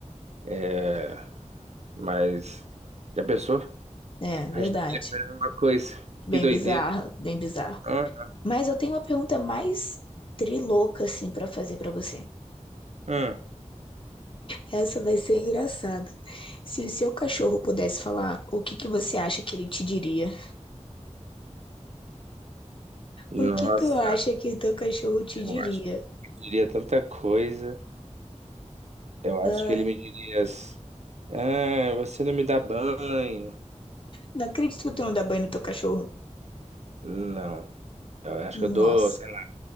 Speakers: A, on the right; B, on the left.
A: É, Mas já pensou? O
B: é verdade.
A: resto da vida comendo a mesma coisa.
B: Bem
A: Que doideira.
B: bizarra, bem bizarro.
A: Ah,
B: Mas eu tenho uma pergunta mais trilouca, assim, pra fazer pra você.
A: ah.
B: Essa vai ser engraçada. Se o seu cachorro pudesse falar, o que que você acha que ele te diria?
A: Nossa,
B: O que tu acha que o teu cachorro te
A: eu
B: diria?
A: acho que ele me diria tanta coisa. Eu acho
B: Ah,
A: que ele me diria assim, ah, você não me dá banho.
B: não acredito que tu não dá banho no teu cachorro.
A: Não. Eu acho
B: Nossa.
A: que eu dou, sei lá,